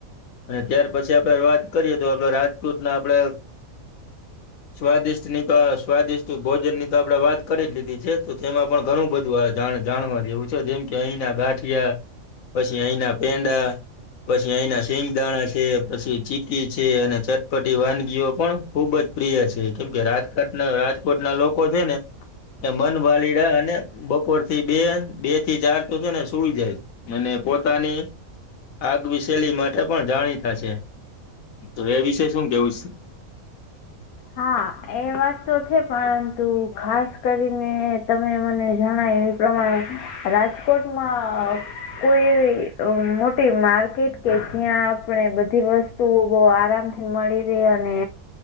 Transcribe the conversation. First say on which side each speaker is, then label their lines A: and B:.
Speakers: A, on the left; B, on the left.
A: અને ત્યાર પછી આપણે વાત કરીએ તો આપણે રાજપૂતના આપણે સ્વાદિષ્ટ ની તો સ્વાદિષ્ટ ભોજનની તો આપડે વાત કરી લીધી છે તો તેમાં પણ ઘણું બધું આ જાણવા જેવું છે. જેમ કે અહીંના ગાંઠિયા પછી અહીના પેંડા, પછી અહીના સિંગદાણા છે, પછી ચી ચકી છે અને ચટપટી વાનગીઓ પણ ખુબ જ પ્રિય છે. કેમ કે રાજઘાટના રાજ કોટ ના લોકો છે ને એ મન ભલીડા અને બપોર થી બે બે થી ચાર તો છે ને સુઈ જાય. અને પોતાની આગ વિસેલી માટે પણ જાણીતા છે. તો એ વશે શું કેવું સ.
B: હા એ વાત તો છે પરંતુ ખાસ કરીને તમે મને જણાય પ્રમાણે રાજકોટમાં કોઈ એવી મોટી માર્કેટ કે જ્યાં આપણે બધી વસ્તુઓ બહુ આરામથી મળી રે અને